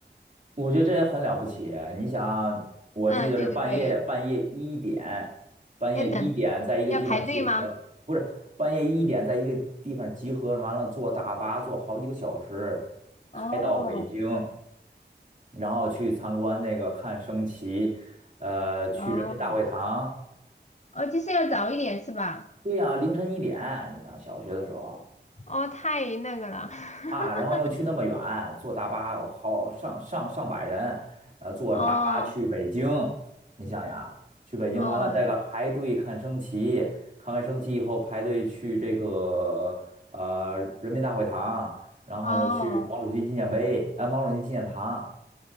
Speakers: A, on the right; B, on the left.
A: 我觉得这也很了不起啊。你想，我记得是半夜半夜一点，
B: 嗯，对对对，
A: 半夜一点在一个地方集合，
B: 要等，要排队吗？
A: 不是半夜一点在一个地方集合，完了坐大巴坐好几个小时开到北京。
B: 哦
A: 然后去参观那个看升旗，呃，去人民大会堂。
B: 哦哦，就是要早一点是吧？
A: 对呀，凌晨一点，你想小学的时候
B: 哦，太那个了。<laughs>
A: 啊，然后又去那么远，坐大巴有好上上上百人，呃，坐着大巴去北京。
B: 哦
A: 你想想，去北京完了，
B: 哦
A: 再个排队看升旗，看完升旗以后排队去这个呃人民大会堂，然后又去毛主席纪念碑，
B: 哦，
A: 呃，毛主席纪念堂，